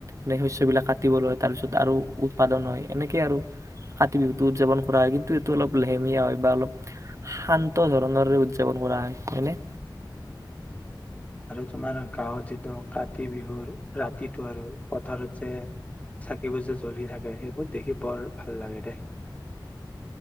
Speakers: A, on the right (about 40°); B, on the left (about 15°).
A: মে শ্ বিলাক কাটিবলৈ হয়, তাৰ পিছত আৰু উৎপাদন হয়, এনেকেই আৰু কাতি বিহুতটো উদযাপন কৰা হয় কিন্তু এইটো অলপ লেহেমীয়া হয় বা অলপ শান্ত ধৰণৰে উদযাপন কৰা হয়নে।
B: আৰু তোমাৰ গাঁৱত, যিটো কাতি বিহুৰ ৰাতিটো আৰু পথাৰত, যে চাকিবোৰ যে জ্বলি থাকে সেইবোৰ দেখি বৰ ভাল লাগে দেই।